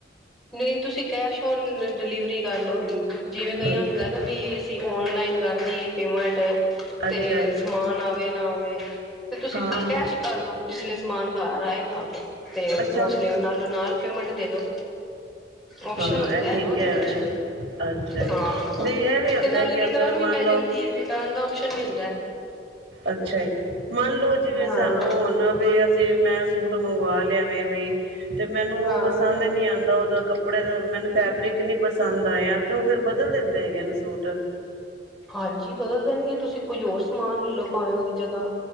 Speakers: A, in the centre; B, on the right.
A: ਨਹੀਂ, ਤੁਸੀਂ ਕੈਸ਼ ਓਨ ਡਿਲੀਵਰੀ ਕਰ ਲਓ ਜਿਵੇਂ ਕਈਆਂ
B: ਅੱਛਾ,
A: ਹੁੰਦਾ ਨਾ ਵੀ ਅਸੀਂ ਨ ਵਧੀਏ ਪੇਮੈਂਟ ਤੇ
B: ਅੱਛਾ
A: ਸਮਾਨ ਆਵੇ ਨਾ ਆਵੇ ਤੇ ਤੁਸੀਂ
B: ਹਾਂ,
A: ਕੈਸ਼ ਕਰ ਲਓ ਜਿਸ ਲਈ ਸਮਾਨ ਘਰ ਆਏਗਾ ਤੇ
B: ਅੱਛਾ
A: ਉਸ ਲਈ ਨਾਲੌ ਨਾਲ ਪੇਮੈਂਟ ਦੇ ਦੋ ਓਪਸ਼ਨ
B: ਹਾਂ
A: ਹੁੰਦਾ
B: ਇਹ
A: ਹੈ
B: ਠੀਕ
A: ਨਾ ਉਹਦੇ
B: ਐ
A: ਵਿੱਚ
B: ਵੇ। ਅੱਛਾ
A: ਹਾਂ
B: ਬਈ ਇਹ ਵੀ ਹੁੰਦਾ
A: ਤੇ ਨਾਲੇ
B: ਕਿ
A: ਰਿਟਰਨ
B: ਅਗਰ
A: ਵੀ
B: ਮੰਨ
A: ਪੈ
B: ਲਓ
A: ਜਾਂਦੀ ਹੈ ਰਿਟਰਨ ਦਾ ਆਪਸ਼ਨ ਵੀ ਹੁੰਦਾ।
B: ਅੱਛਾ ਜੀ, ਮੰਨ ਲਓ ਜਿਵੇਂ
A: ਹਾਂ
B: ਸਾਨੂੰ ਹੁਣ ਵੀ ਅਸੀਂ ਮੈਂ ਸੂਟ ਮੰਗਵਾ ਲਿਆ ਵੈ ਵੀ। ਤੇ ਮੈਨੂੰ
A: ਹਾਂ
B: ਉਹ ਪਸੰਦ ਨਹੀਂ ਆਉਂਦਾ ਉਹਦਾ ਕੱਪੜੇ ਦਾ ਮੈਨੂੰ ਫੈਬਰਿਕ ਨਹੀਂ ਪਸੰਦ ਆਇਆ ਤੇ ਉਹ ਫਿਰ ਬਦਲ ਦਿੰਦੇ ਹੈਗੇ ਇਹਨੂੰ ਸੂਟ
A: ਹਾਂਜੀ ਬਦਲ ਦੇਣਗੇ ਤੁਸੀਂ ਕੋਈ ਹੋਰ ਸਮਾਨ ਲੈ ਲਓ ਪਾਵੇਂ ਉਹਦੀ ਜਗ੍ਹਾ,